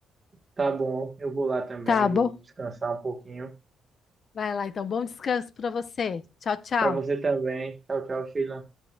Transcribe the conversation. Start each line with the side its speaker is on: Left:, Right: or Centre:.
Right: tá bom. Eu vou lá também,
Left: Tá bom?
Right: vou descansar um pouquinho.
Left: Vai lá então, bom descanso pra você. Tchau, tchau.
Right: Pra você também. Tchau, tchau, Sheila.